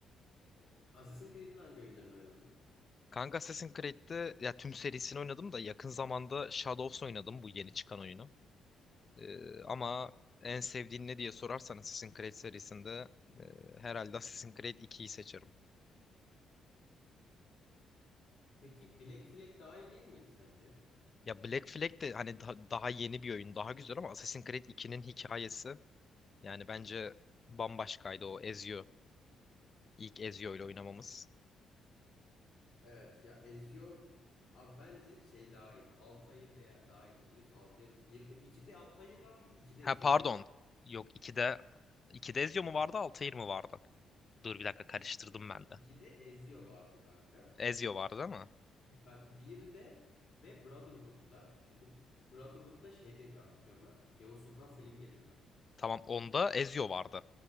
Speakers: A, on the left (about 70°); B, on the left (about 35°).
A: E, Assassin's Creed'in hangi oyunlarını oynadın?
B: Kanka Assassin's Creed'de ya tüm serisini oynadım da yakın zamanda Shadows oynadım bu yeni çıkan oyunu. Ee, ama en sevdiğin ne diye sorarsan Assassin's Creed serisinde e, herhalde Assassin's Creed 2'yi seçerim.
A: Peki Black Flag daha iyi değil miydi sence?
B: Ya Black Flag de hani daha, daha yeni bir oyun, daha güzel ama Assassin's Creed 2'nin hikayesi yani bence bambaşkaydı o Ezio. İlk Ezio ile oynamamız.
A: Evet ya Ezio abi bence şey daha iyiydi. Altair de daha iyiydi biliyorsun. Altair 1 ve 2'de Altair var mıydı? 2'de Ezio
B: Ha pardon.
A: geliyordu.
B: Yok 2'de 2'de Ezio mu vardı, Altair mi vardı? Dur bir dakika karıştırdım ben
A: 2'de
B: de.
A: Ezio vardı kanka.
B: Ezio vardı değil
A: Bak bir de ve Brotherhood'da çünkü Brotherhood'da şeyde gibi hatırlıyorum ben. Yavuz Sultan Selim geliyordu.
B: Tamam onda Ezio vardı.